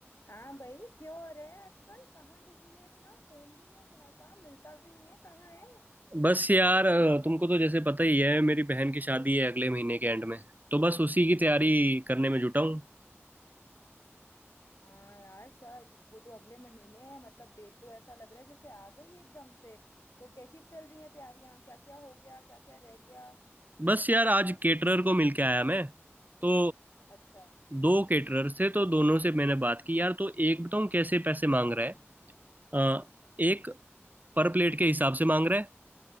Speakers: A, on the left; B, on the right.
A: हाँ भाई क्या हो रहा है आजकल कहाँ बिजी है इतना फोन भी नहीं उठाता मिलता भी नहीं है कहाँ है
B: बस यार अ, तुमको तो जैसे पता ही है मेरी बहन की शादी है अगले महीने के एंड में तो बस उसी की तैयारी करने में जुटा हूँ
A: हाँ यार सच वो तो अगले महीने है मतलब डेट तो ऐसा लग रहा है जैसे आ गई है एकदम से तो कैसी चल रही है तैयारियां क्या क्या हो गया क्या क्या रह गया
B: बस यार आज केटरर को मिल के आया मैं तो
A: अच्छा
B: दो केटरर से तो दोनों से मैंने बात की यार तो एक बताऊँ कैसे पैसे मांग रहा है अ, एक पर प्लेट के हिसाब से मांग रहा है